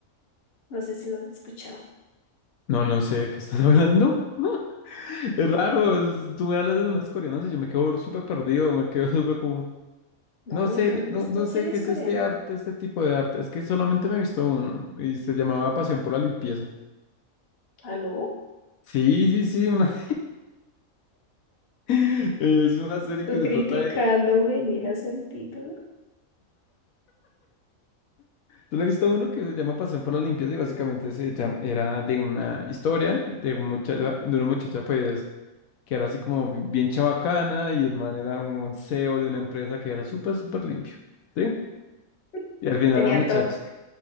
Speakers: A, on the left; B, on the left.
A: No sé si lo has escuchado.
B: no, no sé de qué estás hablando. <laughs> Es raro, es- tú me hablas de las coreanas y yo me quedo súper perdido, me quedo súper como...
A: No,
B: No
A: nunca
B: sé,
A: has
B: no,
A: visto
B: no
A: series
B: sé qué es
A: coreanas.
B: este arte, este tipo de arte. Es que solamente me he visto uno y se llamaba Pasión por la Limpieza.
A: ¿Aló?
B: Sí, sí, sí, una... <laughs> es una serie
A: Tú
B: que se
A: criticándome
B: trata de...
A: y miras el título
B: Yo le he visto uno que se llama Pasión por las Limpias y básicamente se llama... era de una historia de, un muchacha, de una muchacha pues que era así como bien chabacana y el man era un CEO de una empresa que era súper, súper limpio, ¿sí?
A: <laughs>
B: Y al final
A: que tenía
B: la muchacha...
A: TOC.